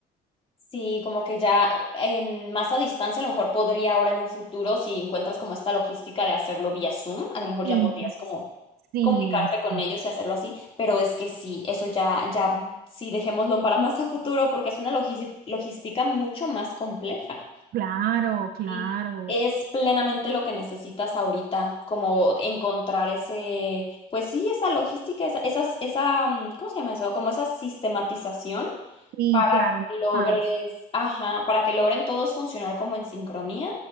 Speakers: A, on the left; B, on the right.
A: Sí, como que ya en más a distancia, a lo mejor podría ahora en un futuro, si encuentras como esta logística de hacerlo vía Zoom, a lo mejor
B: Sí,
A: ya podrías
B: ex-
A: como
B: sí,
A: comunicarte con
B: sí,
A: ellos y hacerlo así, pero es que sí, eso ya, ya, sí, dejémoslo para más a futuro porque es una logis- logística mucho más compleja.
B: Claro, claro.
A: Y es plenamente lo que necesitas ahorita, como encontrar ese, pues sí, esa logística, esa, esas, esa, mm, ¿cómo se llama eso? Como esa sistematización
B: sí,
A: para
B: Claro, no
A: que logres,
B: más.
A: ajá, para que logren todos funcionar como en sincronía